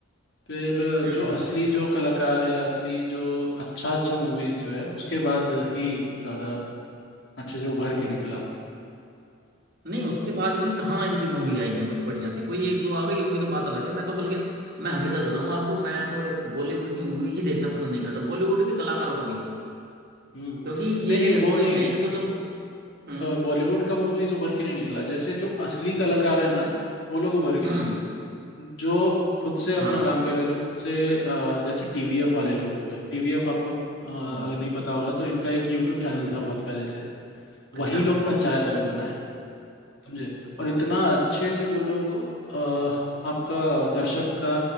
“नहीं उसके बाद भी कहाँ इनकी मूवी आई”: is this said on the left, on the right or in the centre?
Right